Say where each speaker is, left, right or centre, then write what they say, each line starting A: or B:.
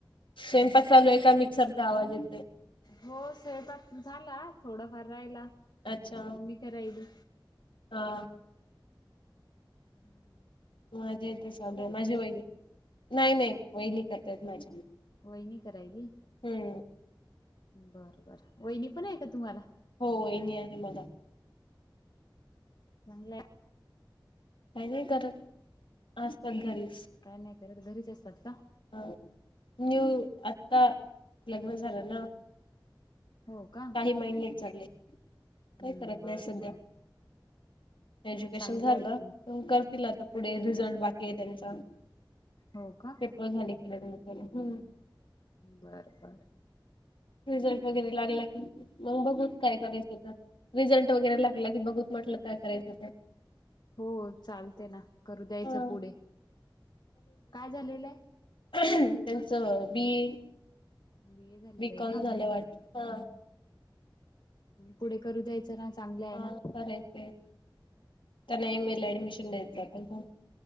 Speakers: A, on the left; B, on the left.
A: स्वयंपाक चालू आहे का मिक्सरचा आवाज येतोय.
B: हो स्वयंपाक झाला थोडाफार राहिला ते
A: अच्छा
B: मम्मी करायली.
A: हा
B: हम्म
A: माझ्या तिथे चालू आहे माझी वहिनी नाही नाही वहिनी करतायत माझ्या.
B: वहिनी करायली
A: हम्म
B: बर बर वहिणी पण आहे का तुम्हाला?
A: हो वहिनी आहे मला.
B: चांगलय
A: काही नाही करत असतात घरीच.
B: काय नाही करत घरीच असतात का?
A: ह न्यू आत्ता लग्न झाल ना.
B: हो का.
A: <unintelligible> महिने चालले काय
B: हम्म
A: करत
B: बरं
A: नाही सध्या.
B: बर
A: एज्युकेशन
B: चांगलं
A: झाल
B: आहे
A: त
B: की मग.
A: करतील आता पुढे रिझल्ट बाकी आहे त्यांचा.
B: हो का.
A: पेपर झाली की लग्न केलं हम्म.
B: बरं बरं.
A: रिझल्ट वगैरे लागला की मग बघू काय करायचं ते. रिझल्ट वगैरे लागला की बघू म्हटलं काय करायचं तर
B: हो चालते ना करू द्यायचं
A: हा
B: पुढे काय झालेल आहे.
A: त्यांच बी ए
B: बी ए झालेलं
A: बीकॉम
B: आहे का?
A: झाल्या वाट हा
B: पुढे करू द्यायचं ना चांगले आहे
A: हा
B: ना.
A: करायचंय त्यांना एम ए ला ऍडमिशन द्यायचं आपण हो